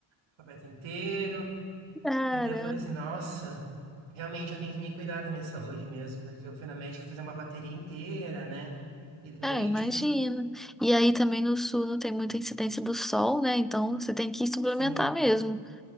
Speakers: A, on the right; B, in the centre.
A: Alfabeto inteiro.
B: Caramba!
A: E daí eu falei assim, nossa, realmente eu tenho que me cuidar da minha saúde mesmo, porque eu fui na médica fazer uma bateria inteira, né? E daí,
B: É, imagina.
A: tipo,
B: E aí também no sul não tem muita incidência do sol, né? Então você tem que suplementar
A: sim,
B: mesmo,